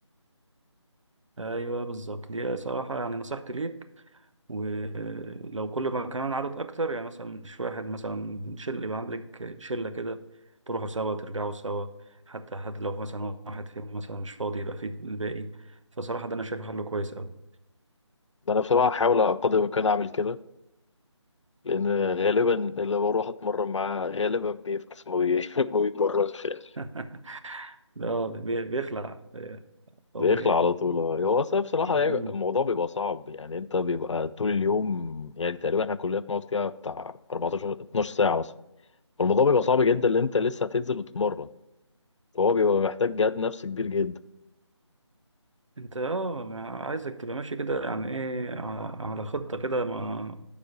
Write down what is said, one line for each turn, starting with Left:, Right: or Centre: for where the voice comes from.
Right: ايوه بالظبط دي صراحه يعني نصيحتي ليك ولو كل ما كمان عدد اكتر يعني مثلا مش واحد مثلا شل يبقى عندك شله كده تروحوا سوا ترجعوا سوا حتى حد لو مثلا واحد فيهم مثلا مش فاضي يبقى في الباقي فصراحه ده انا شايفه حل كويس قوي
Left: ده انا بصراحه هحاول على قدر الامكان اعمل كده لان غالبا اللي بروح اتمرن معاه غالبا بيفكس ما بي- <laughs> ما بيتمرنش يعني
Right: <laughs> لا بي- بيخلع أو
Left: بيخلع على طول آه. هو أصل بصراحه
Right: مم.
Left: يعني الموضوع بيبقى صعب يعني انت بيبقى طول اليوم يعني تقريبا احنا كلنا بنقعد فيها بتاع 14 12 ساعه مثلا والموضوع بيبقى صعب جدا ان انت لسه هتنزل وتتمرن فهو بيبقى محتاج جهد نفسي كبير جدا
Right: أنت أه ما- عايزك تبقى ماشي كده يعني إيه ع- على خطة كده ما